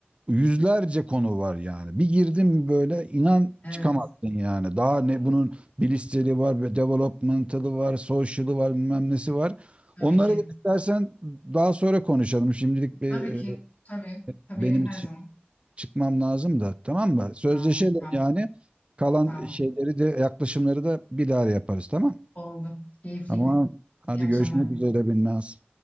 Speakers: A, on the right; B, on the left.
A: yüzlerce konu var yani. Bir girdim mi böyle inan
B: evet
A: çıkamazsın yani. Daha ne bunun bilişseli var, bir developmental'ı var, social'ı var, bilmem nesi var.
B: tabii
A: Onları
B: ki.
A: da istersen daha sonra konuşalım. Şimdilik bir,
B: Tabii
A: e,
B: ki. Tabii. Tabii
A: benim için
B: her zaman.
A: çıkmam lazım da tamam mı? Sözleşelim
B: Tamam. Tamam.
A: yani. Kalan
B: Tamam.
A: şeyleri de yaklaşımları da bir daha yaparız tamam?
B: Oldu. Keyifliydi.
A: Tamam. Hadi
B: İyi akşamlar
A: görüşmek
B: diliyorum.
A: üzere Binnaz.